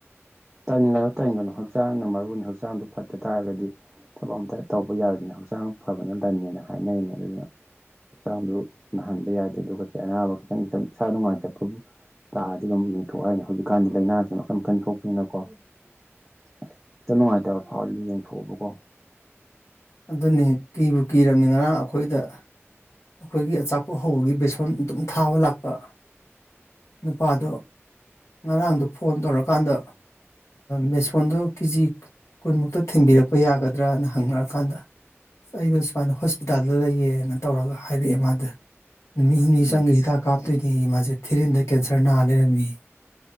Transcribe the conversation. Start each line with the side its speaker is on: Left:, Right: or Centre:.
Centre: ꯇꯟꯒꯅꯨ ꯇꯟꯒꯅꯨ ꯍꯛꯆꯥꯡꯅ ꯃꯔꯨꯅꯤ ꯍꯛꯆꯥꯡꯗꯨ ꯐꯠꯇ ꯇꯥꯔꯒꯗꯤ ꯊꯕꯛ ꯑꯝꯇ ꯇꯧꯕ ꯌꯥꯔꯣꯢꯗꯩꯅꯤ ꯍꯛꯆꯥꯡ ꯐꯕꯅ ꯂꯟꯅꯦ ꯍꯥꯏꯅꯔꯤꯅꯦ ꯑꯗꯨꯅ ꯍꯛꯆꯥꯡꯗꯨ ꯅꯥꯍꯟꯕ ꯌꯥꯗꯦ ꯑꯗꯨꯒ ꯑꯅꯥꯕ ꯈꯤꯇꯪ ꯈꯤꯇꯪ ꯢꯁꯥ ꯅꯨꯡꯉꯥꯏꯇꯕꯕꯨ__ ꯂꯥꯛꯑꯗꯤ ꯑꯗꯨꯝ ꯌꯦꯡꯊꯣꯛꯑꯣ ꯍꯥꯏꯅꯤ ꯍꯧꯖꯤꯛꯀꯥꯟꯗꯤ ꯂꯥꯏꯅꯥꯁꯦ ꯃꯈꯟ ꯃꯈꯟ ꯊꯣꯛ ꯀꯨꯏꯅꯀꯣ ꯈꯤꯇꯪ ꯅꯨꯡꯉꯥꯏꯇꯕ ꯐꯥꯎꯔꯗꯤ ꯌꯦꯡꯊꯣꯛꯑꯣꯕꯀꯣ
Left: ꯑꯗꯨꯅꯤ ꯀꯤꯕꯨ ꯀꯤꯔꯕꯅꯤ ꯉꯔꯥꯡ ꯑꯩꯈꯣꯏꯗ ꯑꯩꯈꯣꯏꯒꯤ ꯑꯆꯥꯄꯣꯠ ꯍꯧꯕꯒꯤ ꯕꯦꯁꯣꯟ ꯑꯗꯨꯝ ꯊꯥꯕ ꯂꯥꯛꯄ__ ꯅꯨꯄꯥꯗꯣ ꯉꯔꯥꯡꯗꯣ ꯐꯣꯟ ꯇꯧꯔꯀꯥꯟꯗ__ ꯕꯦꯁꯣꯟꯗꯨ ꯀꯦꯖꯤ ꯀꯨꯟꯃꯨꯛꯇ ꯊꯤꯟꯕꯤꯔꯛꯄ ꯌꯥꯒꯗ꯭ꯔꯅ ꯍꯪꯅꯔꯀꯥꯟꯗ ꯑꯩꯗꯣ ꯁꯨꯃꯥꯏꯅ ꯍꯣꯁꯄꯤꯇꯥꯜꯗ ꯂꯩꯌꯦꯅ ꯇꯧꯔꯒ ꯍꯥꯏꯔꯛꯑꯦ ꯃꯥꯗꯨ ꯅꯨꯃꯤꯠ ꯍꯨꯝꯅꯤ
Centre: ꯎꯝ
Left: ꯆꯪꯒꯩ ꯍꯤꯗꯥꯛ ꯀꯥꯞꯇꯣꯏꯅꯦꯌꯦ ꯃꯥꯁꯦ ꯊꯤꯔꯤꯟꯗ ꯀꯦꯟꯁꯔ ꯅꯥ ꯂꯩꯔꯝꯃꯦ